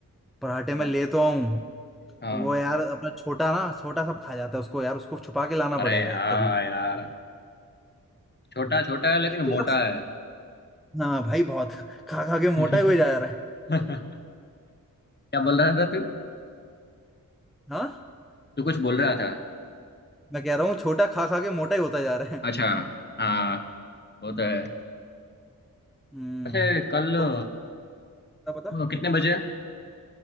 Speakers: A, in the centre; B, on the left (about 30°).
A: पराठे
B: क्या
A: में ले तो आऊँ
B: हाँ।
A: वो यार अपना छोटा ना छोटा सब खा जाता है उसको यार उसको छुपा के लाना
B: अरे
A: पड़ेगा
B: हाँ
A: कभी
B: यार छोटा
A: हम्म।
B: छोटा है लेकिन
A: एक किलो
B: मोटा
A: सा-
B: है
A: हाँ भाई बहुत खा खा के
B: <laughs>
A: मोटा ही हो जा रहा है
B: क्या
A: हाँ
B: बोल रहा था तू
A: हाँ,
B: तू कुछ बोल रहा था
A: मैं कह रहा हूँ छोटा खा खा के मोटा ही होता जा रहा है
B: अच्छा हाँ वो तो है
A: हम्म
B: अच्छा कल अ,
A: तो पता पता
B: कितने बजे